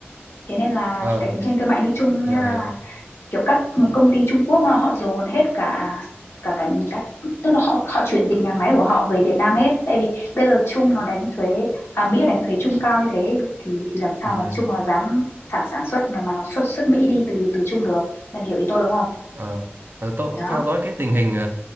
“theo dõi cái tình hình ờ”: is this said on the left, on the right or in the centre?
Right